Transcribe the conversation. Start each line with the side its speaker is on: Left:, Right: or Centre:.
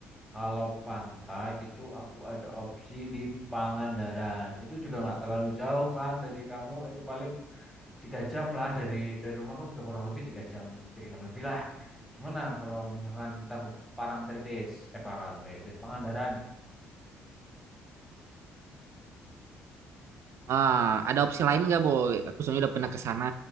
Centre: kalau pantai itu aku ada opsi di Pangandaran. Itu juga nggak terlalu jauh kan dari kamu. Itu paling tiga jam lah dari dari rumahku juga kurang lebih tiga jam tiga jam lebih lah. Gimana kalau misalkan kita ke Parangtritis? Eh, Parangtritis, Pangandaran.
Right: Ah, ada opsi lain nggak boy? Aku soalnya udah pernah ke sana.